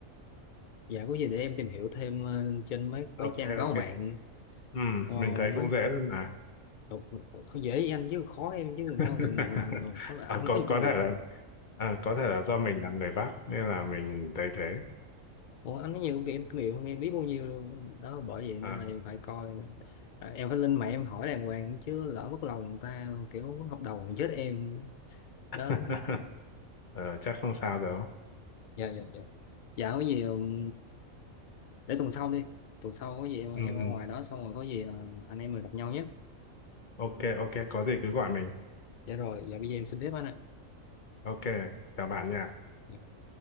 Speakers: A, on the left; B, on the left.
A: dạ có gì để em tìm hiểu thêm ờ, trên mấy mấy
B: ok
A: trang báo
B: ok
A: mạng
B: ừ,
A: ờ,
B: mình thấy
A: mấy
B: cũng dễ luôn mà
A: đọc- không dễ với anh chứ khó em chứ làm
B: <laughs>
A: sao mình, mình, mình khó là anh
B: Ờ, có
A: có nhiều
B: có
A: kinh nghiệm
B: thể
A: không
B: là à, có thể là do mình là người Bắc nên là mình thấy thế
A: Ủa, anh có nhiều kinh kinh nghiệm không em biết bao nhiêu luôn đó bởi vậy nên
B: à.
A: là em phải coi à, em phải lên mạng em hỏi đàng hoàng chứ lỡ mất lòng người ta kiểu mất hợp đồng còn chết em đó
B: <laughs> Ờ, chắc không sao đâu
A: dạ dạ dạ dạ có gì ừm, để tuần sau đi tuần sau có gì em
B: ừ,
A: em
B: ừ.
A: ở ngoài đó xong rồi có gì ờ, anh em mình gặp nhau nhé
B: ok ok có gì cứ gọi mình
A: dạ rồi dạ bây giờ em xin phép anh ạ
B: ok chào bạn nha
A: Dạ.